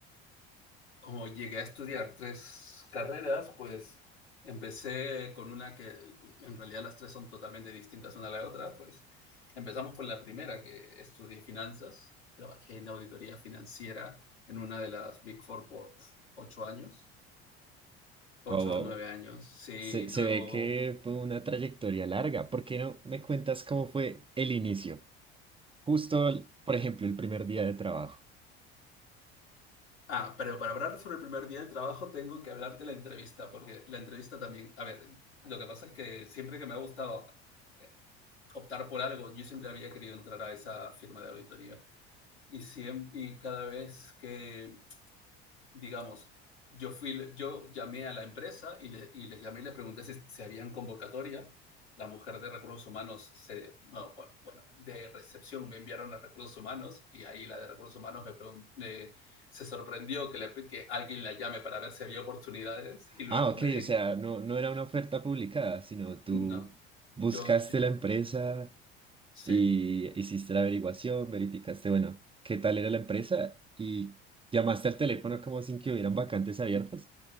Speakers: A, on the left (about 85°); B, on the right (about 15°).
A: como llegué a estudiar tres carreras, pues empecé con una que en realidad las tres son totalmente distintas una a la otra, pues empezamos con la primera, que estudié finanzas, trabajé en auditoría financiera en una de las Big Four por pf, ocho años, ocho
B: Wow, wow.
A: o nueve años, sí,
B: Se,
A: luego
B: se ve que fue una trayectoria larga. ¿Por qué no me cuentas cómo fue el inicio? Justo, el- por ejemplo, el primer día de trabajo.
A: Ah, pero para hablar sobre el primer día del trabajo tengo que hablarte la entrevista, porque la entrevista también, a ver, lo que pasa es que siempre que me ha gustado eh, optar por algo, yo siempre había querido entrar a esa firma de auditoría y, siem- y cada vez que digamos, yo, fui, yo llamé a la empresa y, le, y les llamé y les pregunté si, si habían convocatoria. La mujer de recursos humanos, se, bueno, bueno, de recepción me enviaron a recursos humanos y ahí la de recursos humanos me, preguntó, me se sorprendió que, le, que, alguien la llame para ver si había oportunidades y luego
B: Ah, ok,
A: me dijo,
B: o sea, no, no era una oferta publicada, sino tú
A: no,
B: buscaste
A: yo, yo
B: la empresa.
A: sí,
B: y hiciste la averiguación, verificaste, bueno, qué tal era la empresa y llamaste al teléfono como sin que hubieran vacantes abiertas.